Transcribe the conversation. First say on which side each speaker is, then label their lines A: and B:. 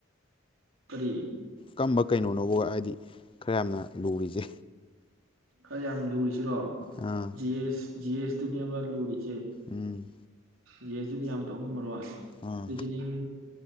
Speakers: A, on the right; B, on the left.
A: ꯀꯔꯤ
B: ꯀꯝꯕ ꯀꯩꯅꯣꯅꯣꯕ ꯍꯥꯏꯗꯤ ꯈꯔ ꯌꯥꯝꯅ ꯂꯨꯔꯤꯁꯦ
A: ꯈꯔ ꯌꯥꯝ ꯂꯨꯔꯤꯁꯦ꯫ ꯁꯤꯔꯣ
B: ꯑꯥ
A: ꯖꯤ ꯑꯦꯁ ꯖꯤ ꯑꯦꯁ ꯇꯨꯅꯦꯕ ꯂꯨꯔꯤꯁꯤ
B: ꯎꯝ
A: ꯖꯤ ꯑꯦꯁꯇꯨꯗꯤ ꯌꯥꯝ ꯇꯧ ꯉꯝꯃꯔꯣꯏ꯫
B: ꯑꯥ
A: ꯔꯤꯖꯟꯅꯤꯡ